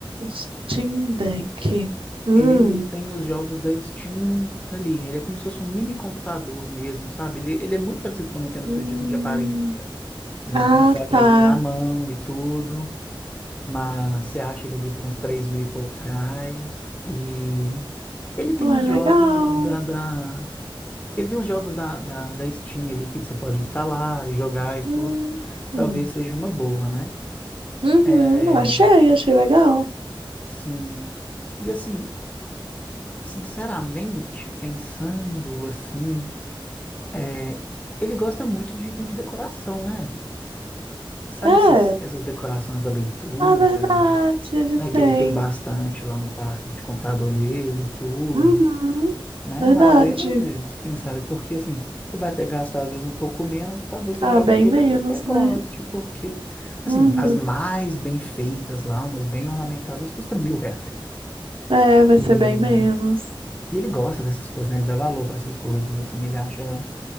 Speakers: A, on the right; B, on the left.
A: Steam Deck. Hum.
B: Ele tem os jogos da Steam ali, ele é como se fosse um mini computador mesmo, sabe? Ele, ele é muito parecido com o Nintendo
A: Hum.
B: Switch, assim, de aparência. Ele
A: Ah,
B: é um consolezinho
A: tá.
B: na mão e tudo. mas você acha ele ali por uns 3 mil e poucos reais. E ele tem
A: Ué,
B: os jogos
A: legal.
B: da, da... Ele tem os jogos da, da, da Steam ali que você pode instalar e jogar e tudo.
A: Hum. Hum.
B: Talvez seja uma boa, né?
A: Uhum.
B: É,
A: Achei, achei legal.
B: sim. E assim, sinceramente, pensando assim, é, ele gosta muito de item de decoração, né? Sabe
A: É.
B: esses, essas decorações da leitura,
A: Ah, verdade, ele
B: né?
A: tem.
B: Que ele tem bastante lá no quarto de computador dele, e tudo.
A: Uhum.
B: né?
A: Verdade.
B: Às vezes, quem sabe, porque assim, você vai até gastar às vezes um pouco menos e talvez seja
A: Ah,
B: algo
A: bem
B: que
A: menos,
B: ele até goste,
A: né?
B: porque, assim,
A: Uhum.
B: as mais bem feitas lá, umas bem ornamentadas, custa mil reais.
A: É, vai
B: E,
A: ser bem menos.
B: e ele gosta dessas coisas, né? Ele dá valor para essas coisas, assim, ele acha,